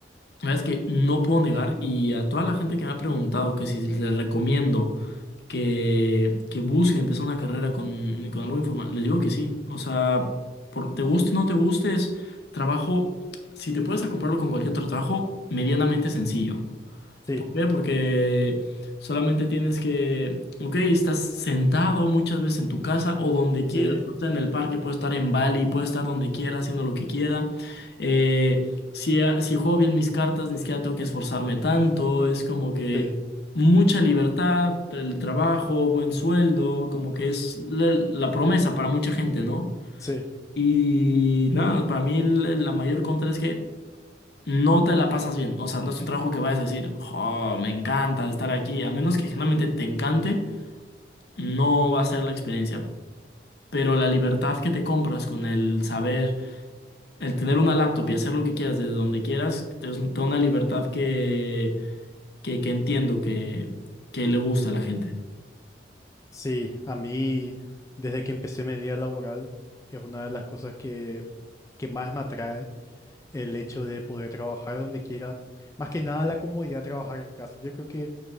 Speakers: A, on the left (about 65°); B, on the left (about 15°).
A: la verdad es que no puedo negar. Y a toda la gente que me ha preguntado que si les recomiendo que, que busque empezar una carrera con, con algo informal. Les digo que sí. O sea, por, te guste o no te guste, es trabajo. Si te puedes a comprarlo con cualquier otro trabajo, medianamente sencillo.
B: sí,
A: ¿Por qué? Porque solamente tienes que, ok, estás sentado muchas veces en tu casa o donde
B: sí,
A: quieras, puedes estar en el parque, puedes estar en Bali, puedes estar donde quiera, haciendo lo que quiera. Eh, si, ah, si juego bien mis cartas, ni siquiera tengo que esforzarme tanto, es como que
B: sí,
A: mucha libertad, el trabajo, buen sueldo, como que es la, la promesa para mucha gente, ¿no?
B: sí,
A: Y nada, para mí el- la mayor contra es que no te la pasas bien. O sea, no es un trabajo que vayas a decir, oh, me encanta estar aquí. A menos que generalmente te encante, no va a ser la experiencia. Pero la libertad que te compras con el saber, el tener una laptop y hacer lo que quieras desde donde quieras, te es- te da una libertad que, que, que entiendo que, que le gusta a la gente.
B: sí. A mí, desde que empecé mi vida laboral, es una de las cosas que, que más me atrae el hecho de poder trabajar donde quiera. Más que nada la comodidad de trabajar en casa. Yo creo que